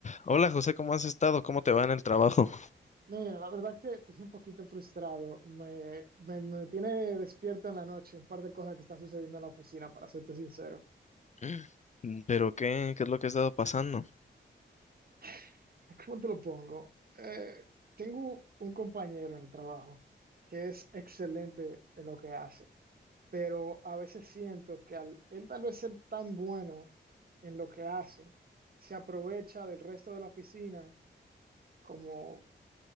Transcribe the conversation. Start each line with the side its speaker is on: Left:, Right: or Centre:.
Left: Hola José, ¿cómo has estado? ¿Cómo te va en el trabajo?
Right: Mira, la verdad que estoy un poquito frustrado. Me, me, me tiene despierto en la noche un par de cosas que están sucediendo en la oficina, para serte sincero.
Left: <gasps> Mm, ¿Pero qué? ¿Qué es lo que ha estado pasando?
Right: <laughs> ¿Cómo te lo pongo? Eh, tengo un compañero en el trabajo que es excelente en lo que hace, pero a veces siento que al él tal vez ser tan bueno en lo que hace, se aprovecha del resto de la oficina como